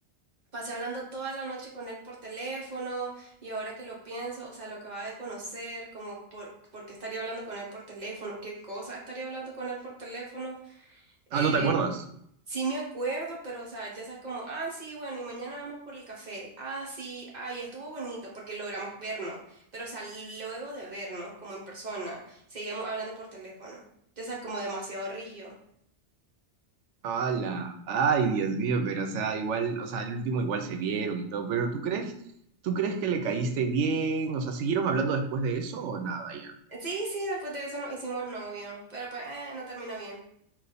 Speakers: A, on the right; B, on the right.
A: Pasé hablando toda la noche con él por teléfono y ahora que lo pienso, o sea, lo acababa de conocer, como por, por qué estaría hablando con él por teléfono, qué cosa estaría hablando con él por teléfono.
B: Ah,
A: Eh,
B: ¿no te acuerdas?
A: sí me acuerdo, pero o sea, ya sabes como, ah, sí, bueno, y mañana vamos por el café. Ah, sí, ay, estuvo bonito porque logramos vernos, pero o sea, luego de vernos como en persona, seguíamos hablando por teléfono. Ya sabes, como demasiado rígido.
B: hala ay, Dios mío, pero o sea, igual, o sea, el último igual se vieron y todo, pero ¿tú crees, tú crees que le caíste bien? O sea, ¿siguieron hablando después de eso o nada
A: Sí, sí, después de eso nos hicimos novio, pero pues eh, no terminó bien.